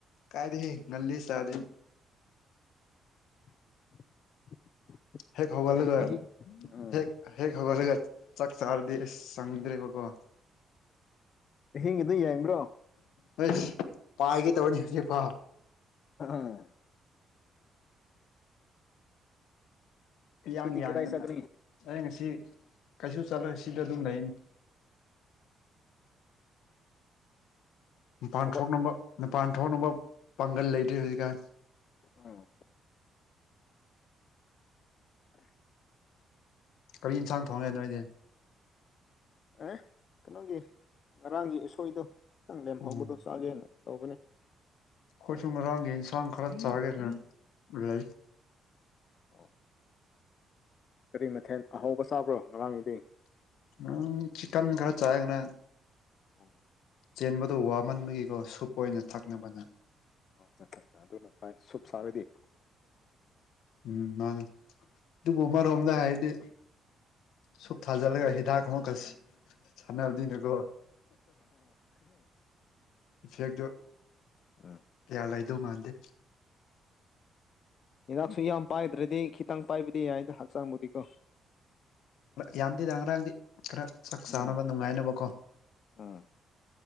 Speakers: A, on the left (about 85°); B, on the left (about 55°).
A: ꯀꯥꯏꯔꯤ ꯉꯜꯂꯤ ꯁꯥꯔꯦ
B: <inaudible>
A: ꯍꯦꯛ ꯍꯕ ꯂꯩꯒ
B: ꯑꯍꯤ ꯑꯍꯤꯡ ꯎꯝ
A: ꯍꯦꯛ ꯍꯦꯛ ꯍꯕ ꯂꯩ ꯆꯥꯛ ꯆꯥꯔꯗꯤ ꯑꯁ ꯆꯪꯗ꯭ꯔꯦꯕꯀꯣ
B: ꯍꯤꯡꯉꯗ ꯌꯦꯡꯕ꯭ꯔꯣ
A: ꯍꯣꯏ ꯄꯥꯏꯒꯦ ꯇꯧꯕꯅꯤ ꯍꯧꯖꯤꯛꯐꯥꯎ
B: ꯑ
A: ꯏꯌꯥꯡ
B: ꯁꯤꯗꯤꯀ
A: ꯌꯥꯡꯗꯅ
B: ꯇꯏ ꯁꯅꯤ
A: ꯑꯩ ꯉꯁꯤ ꯀꯩꯁꯨ ꯆꯠꯂꯣꯏ ꯁꯤꯗ ꯑꯗꯨꯝ ꯂꯩꯅꯤ ꯃꯄꯥꯟ
B: ꯊꯕꯛ
A: ꯊꯣꯛꯅꯕ ꯃꯄꯥꯟ ꯊꯣꯛꯅꯕ ꯄꯥꯡꯒꯜ ꯂꯩꯇ꯭ꯔꯤ ꯍꯧꯖꯤꯛꯀꯥꯟ
B: ꯑꯥ ꯑ
A: ꯀꯔꯤ ꯌꯦꯟꯁꯥꯡ ꯊꯣꯡꯒꯦ ꯅꯣꯏꯗꯤꯦ
B: ꯑꯦ ꯀꯩꯅꯣꯒꯤ ꯉꯔꯥꯡꯒꯤ ꯑꯁꯣꯏꯗꯣ ꯈꯤꯇꯪ ꯂꯦꯝꯍꯧꯕꯗꯣ
A: ꯎꯝ
B: ꯆꯥꯒꯦꯅ ꯇꯕꯅ
A: ꯑꯩꯣꯏꯁꯨꯨꯝ ꯉꯥꯡꯒꯤ ꯏꯟꯁꯥꯡ ꯈꯔ ꯆꯥꯒꯦꯅ ꯂꯩ
B: ꯑꯣ ꯀꯔꯤ ꯃꯊꯦꯜ ꯑꯍꯧꯕ ꯆꯥꯕ꯭ꯔꯣ ꯉꯔꯥꯡꯒꯤꯗꯤ
A: ꯎꯝ ꯆꯤꯛꯟ ꯈꯔ ꯆꯥꯒꯅ
B: ꯑꯣꯝ.
A: ꯆꯦꯟꯕꯗꯨ ꯋꯥꯃꯟꯕꯒꯤꯀꯣ ꯁꯨꯞ ꯑꯣꯏꯅ ꯊꯛꯅꯕꯅ
B: ꯠ ꯆꯠ ꯑꯗꯨꯅ ꯐꯥꯏ ꯁꯨꯞ ꯁꯥꯔꯣꯏꯗꯤ
A: ꯎꯝ ꯃꯥ ꯏ ꯎꯃꯔꯣꯝꯗ ꯍꯥꯏꯗꯤ ꯁꯨꯨꯞ ꯊꯥꯖꯂꯒ ꯍꯗꯥꯥꯛ ꯀꯁꯤ ꯁꯥꯟꯅꯕꯗꯤꯅꯦꯀꯣ ꯏꯐꯦꯛꯇꯨ
B: ꯎꯝ
A: ꯌꯥꯌꯥ ꯂꯥꯏꯗꯧ ꯃꯥꯟꯗ
B: ꯍꯤꯗꯥꯛꯁꯨ ꯌꯥꯝ ꯄꯥꯏꯗ꯭ꯔꯗꯤ ꯈꯤꯇꯪ ꯄꯥꯏꯕꯗꯤ ꯌꯥꯏꯅ ꯍꯛꯆꯥꯡꯕꯨꯗꯤꯀꯣ
A: ꯌꯥꯝꯗꯦꯗꯪ ꯉ꯭ꯔꯥꯡꯗꯤ ꯈꯔ ꯆꯥꯛ
B: ꯎꯝ
A: ꯆꯥꯅꯕ ꯅꯨꯡꯉꯥꯏꯅꯕꯀꯣ
B: ꯑꯥ